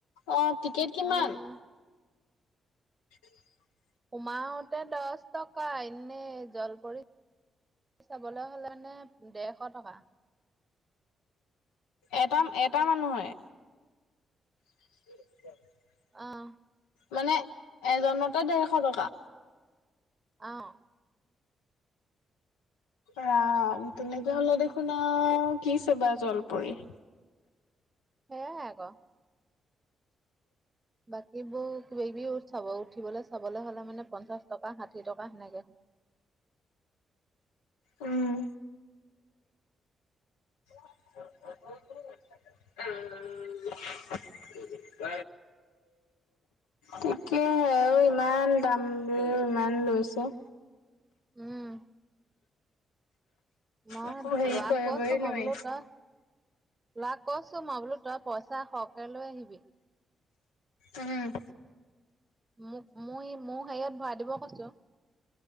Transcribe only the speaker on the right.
অহ
সোমাওতে দহ টকা, এনে জলপৰিত চাবলৈ হ'লে মানে দেৰশ টকা।
অ',
অ',
সেয়াহে আকৌ। বাকীবোৰ কিবা-কিবি চাব উঠিবলৈ চাবলে হ'লে মানে, পঞ্চাশ টকা, ষাঠি টকা তেনেকে।
উম্, মই
ল'ৰাক
কৈছোঁ,
মই বোলো ত ল'ৰাক কৈছোঁ, মই বোলো তই পইচা সৰহকে লৈ আহিবি।
মোক, মই মোৰ হেৰিয়ত ভৰাই দিব কৈছোঁ।